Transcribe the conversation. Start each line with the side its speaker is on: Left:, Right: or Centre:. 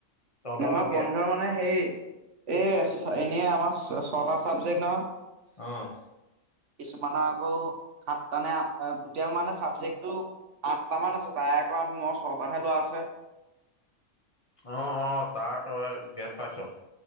Left: তহঁতৰ
Right: নহয়
Left: গেপ।
Right: বন্ধ মানে সেই এ এনে আমাৰ ছটা চাবজেক্ট নহয়
Left: অ'।
Right: কিছুমানৰ আকৌ সাতটা নে আঠটা টটেল মানে চাবজেক্টটো আঠটামান আছে তাৰে আকৌ আম, মই ছটাহে লোৱা আছে।
Left: অ', অ', তাৰ তই গেপ পাইছ'